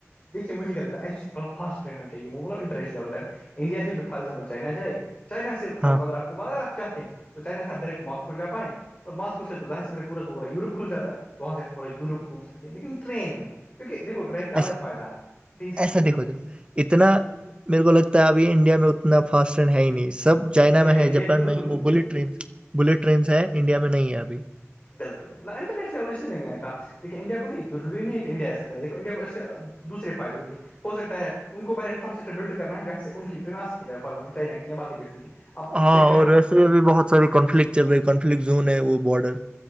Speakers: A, on the left; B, on the right.
A: دیکے مجھے کیا لگتا ہےسل فاسٹرین میں چاہے مطل انرول رین انڈیا سے جو فار ایگزامپل چائنا جائے چائنا سے مطلب
B: ہاں
A: اگر آپ کو ب اگرپ چاہتے ہو تو چائنا ص آب ڈائریکٹ مسو جا پائیں اور ماسکو سے توظاہر سے پورا پورا یوروپ کھل جاتا ہے تو وہاں سے آپ پورا یوروپ گھوم ستے ہیں لیکن ٹرین میں کیونکہ دیکو ٹرین کا الگ
B: ایسا
A: فائدہ ہے ٹیسٹی
B: ایسا
A: ہوگا
B: دیکھو
A: وہ
B: دیکھو اتنا میرے کو لگتا ہے ابھی انڈیا میں اتنا فاسٹ اینڈ ہے ہی نہیں سب چائنا
A: نہیں
B: میں ہے
A: انڈیا
B: جاپان
A: تو بالکل
B: میں ہے
A: بھی
B: وہ
A: نہیں
B: بلیٹ ٹرینس بلیٹ ٹرینس ہے انڈیا میں نہیں ہے ابھی
A: بالکل انٹرنیشل لیول اس لیے منگ نے کہا د کہ انڈیا کو نہیں روری نہیں ہے کہ انڈیا ایسا کرے دیک انڈیا کوے تو دوسر فائد ہوں گے ہو سکتا ہے ان کو پہل انفرسٹرکر بلڈ کرنا ہے جاں سے ان کی ٹن آک جائے فزامپل چائنا کی یا بقی دیشوں کی اب اس
B: ہاں
A: سے کیا
B: اور
A: ہو
B: ویسے میں بھی بہت ساری کانفلکٹ چل رہی ہے کانفلکٹ زون ہے وہ بارڈر